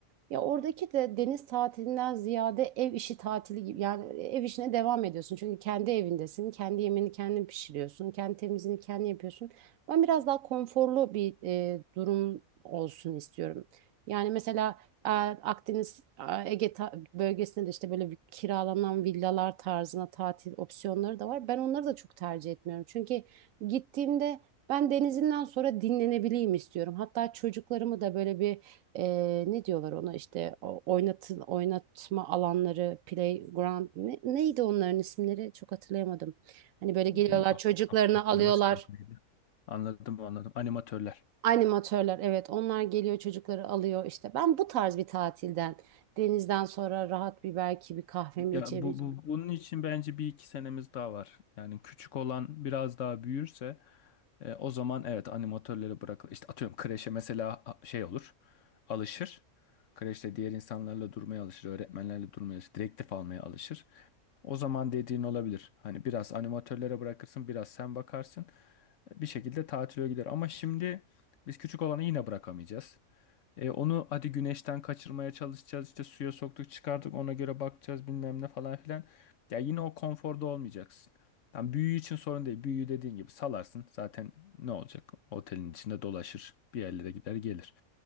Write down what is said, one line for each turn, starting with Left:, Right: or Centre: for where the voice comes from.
Right: Ya oradaki de deniz tatilinden ziyade ev işi tatili gibi yani ev işine devam ediyorsun. Çünkü kendi evindesin, kendi yemeğini kendin pişiriyorsun, kendi temizliğini kendin yapıyorsun. Ben biraz daha konforlu bir e, durum olsun istiyorum. Yani mesela e, Akdeniz, e, Ege ta- bölgesinde de işte böyle bir kiralanan villalar tarzına tatil opsiyonları da var. Ben onları da çok tercih etmiyorum. Çünkü gittiğimde ben denizinden sonra dinlenebileyim istiyorum. Hatta çocuklarımı da böyle bir ee, ne diyorlar ona işte o- oynatın oynatma alanları playground ne, neydi onların isimleri çok hatırlayamadım. Hani böyle geliyorlar
Left: Ya,
Right: çocuklarını
Left: ak- ak- akrobasi
Right: alıyorlar.
Left: yok neydi? Anladım anladım. Animatörler.
Right: Animatörler evet onlar geliyor çocukları alıyor işte ben bu tarz bir tatilden denizden sonra rahat bir belki bir kahvemi
Left: Ya
Right: içebilirim.
Left: bu, bu bunun için bence bir iki senemiz daha var. Yani küçük olan biraz daha büyürse e, o zaman evet animatörleri bırakılır. İşte atıyorum kreşe mesela a- şey olur. Alışır. Kreşte diğer insanlarla durmaya alışır, öğretmenlerle durmaya alışır, direktif almaya alışır. O zaman dediğin olabilir. Hani biraz animatörlere bırakırsın, biraz sen bakarsın. Bir şekilde tatile gider. Ama şimdi biz küçük olanı yine bırakamayacağız. E, onu hadi güneşten kaçırmaya çalışacağız işte suya soktuk çıkardık ona göre bakacağız bilmem ne falan filan. Ya yine o konforda olmayacaksın. Tam büyüğü için sorun değil. Büyüğü dediğin gibi salarsın. Zaten ne olacak? Otelin içinde dolaşır. Bir yerlere gider gelir.